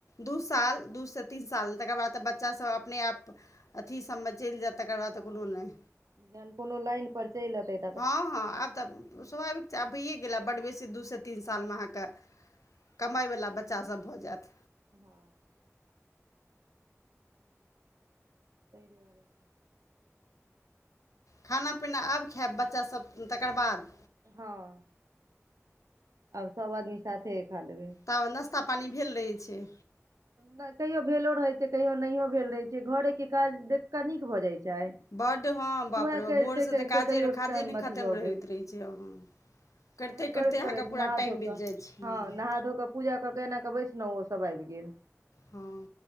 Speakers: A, on the left (about 80°); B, on the right (about 85°).
A: -दू साल दू सँ तीन साल तकर बाद तऽ बच बच्चा सब
B: हँ
A: अपने आप अथी सबमे चलि जैत, तकर बाद
B: हँ
A: तऽ कोनो नहि।
B: जहन कोनो लाइन पर चलि अतै।
A: हँ -हँ आब तऽ स्वाभाविक चा अभी गेला बड बेसी दू से तीन सालमे अहाँके कमाय वला बच्चा सब भऽ जाएत।
B: हां। सही कहलियै।
A: खाना-पीना आब खाएब बच्चा सब तकर बाद।
B: हां। आब सब आदमी साथे खा लेबै।
A: तब नाश्ता पानी भेल रहै छै।
B: नै कहियो भेलो रहे छै, कहियो नहियो भेल रहे छै, घरे के काज देख कऽ नीक भ जाय छै। चाय,
A: बड्ड हँ बाप
B: उहाए
A: रे बाप
B: कैरते-कैरते
A: भोरसँ तऽ काजे
B: कहियो
A: काजे
B: टाइम
A: नहि
B: अथी
A: खतम
B: भऽ
A: होइत
B: गेल।
A: रहै छै हँ करिते
B: उहाए
A: करिते
B: करैत-करैत
A: अहाँके पूरा
B: नहा
A: टाइम
B: धो
A: बीत
B: कऽ
A: जाइ छै हँ
B: हां नहा धो कऽ पूजा कऽ केऽ एना कऽ बैसलौ ओ सब आएब गेल।
A: हां,